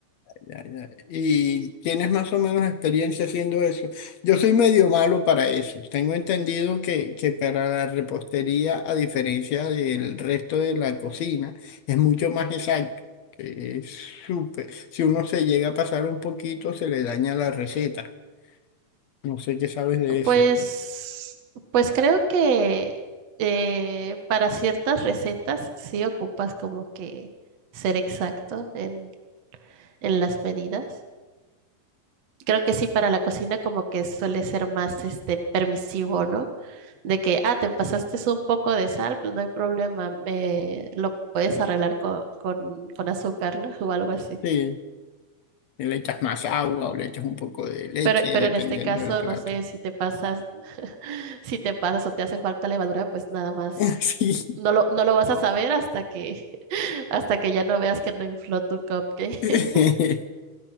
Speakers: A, on the left (about 70°); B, on the right (about 50°).
A: Ya, ya. Y tienes más o menos experiencia haciendo eso. Yo soy medio malo para eso. Tengo entendido que, que para la repostería, a diferencia del resto de la cocina, es mucho más exacto. que Es súper. Si uno se llega a pasar un poquito, se le daña la receta. No sé qué sabes de eso.
B: Pues, pues creo que eh, para ciertas recetas sí ocupas como que ser exacto en, en las medidas. Creo que sí para la cocina como que suele ser más este permisivo, ¿no? De que, ah, te pasaste un poco de sal, pues no hay problema, eh, lo puedes arreglar con, con, con azúcar, ¿no? <laughs> O algo así.
A: Sí, y le echas más agua o le echas un poco de leche,
B: Pero, pero
A: dependiendo
B: en este caso,
A: del plato.
B: no sé si te pasas, <laughs> si te pasas o te hace falta levadura, pues nada más.
A: <laughs> Sí,
B: No lo, no lo vas a saber hasta que, <laughs> hasta que ya no veas que no infló tu cupcake. <laughs>
A: <laughs>